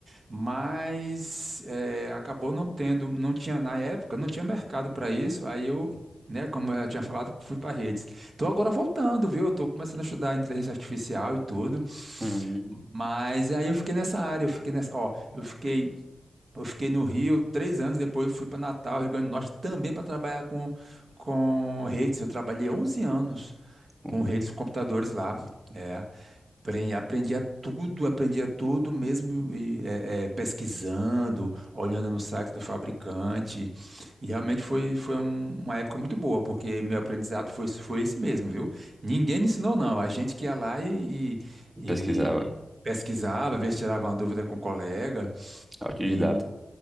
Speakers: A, on the right (about 55°); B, on the right (about 30°).
A: mas eh, acabou não tendo, não tinha na época, não tinha mercado para isso, aí eu, né, como eu já tinha falado, fui para redes. Tô agora voltando, viu? Eu tô começando a estudar inteligência artificial e tudo.
B: Uhum.
A: Mas aí eu fiquei nessa área, eu fiquei nessa, ó, eu fiquei, eu fiquei no Rio três anos, depois eu fui para Natal, Rio Grande do Norte, também para trabalhar com, com redes. Eu trabalhei 11 anos
B: Uhum.
A: com redes de computadores lá. é. Apren- Aprendia tudo, aprendia tudo mesmo e, é, é, pesquisando, olhando no site do fabricante. E realmente foi, foi um- uma época muito boa, porque meu aprendizado foi, foi esse mesmo, viu? Ninguém me ensinou, não. A gente que ia lá e, e- e
B: Pesquisava.
A: pesquisava, às vezes tirava uma dúvida com um colega.
B: Autodidata.
A: E,